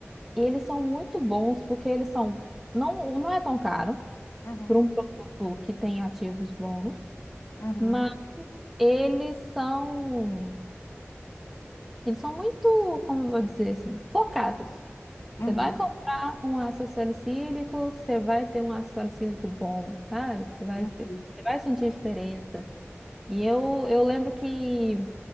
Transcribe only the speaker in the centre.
E eles são muito bons porque eles são. Não, não é tão caro
para um produto que tem ativos bons,
mas eles são. Eles são muito, como eu vou dizer assim, focados.
Você vai comprar um ácido salicílico, você vai ter um ácido salicílico bom, sabe? Você vai,
se- você vai sentir diferença. E eu, eu lembro que